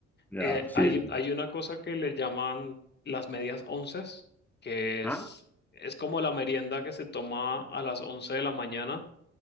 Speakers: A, in the centre; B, on the left (about 35°).
A: Ya,
B: Eh,
A: sí.
B: hay, hay una cosa que le llaman las medias onces, que
A: Ah,
B: es, es como la merienda que se toma a las 11 de la mañana